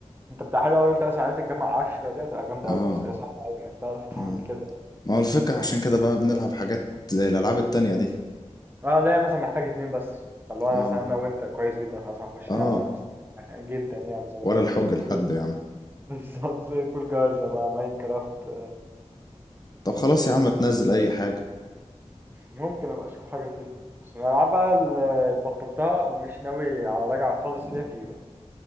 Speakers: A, on the right (about 20°); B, on the left (about 35°).
A: انت بتاع حلو قوي انت مثلا عرفت تجمع عشرة دي هتبقى جامدة
B: اه
A: قوي بس هي صعبة قوي انك تعرف تعمل
B: اه
A: كده
B: ما هو الفكرة عشان كده بقى بنلعب حاجات زي الألعاب التانية دي
A: اه لا مثلا محتاج اتنين بس فاللي هو
B: اه
A: انا مثلا انا وانت كويس جدا خلاص هنخش
B: اه
A: نلعب وهنستمتع جدا يعني زي
B: ولا الحجة لحد
A: <laughs>
B: يا عم
A: بالظبط زي فول جاهزة بقى ماين كرافت
B: طب خلاص يا عم تنزل اي حاجة
A: ممكن ابقى اشوف حاجة فيهم بس انا العب بقى اللي بطلتها ومش ناوي على رجعة خالص
B: آه.
A: فيها فيفا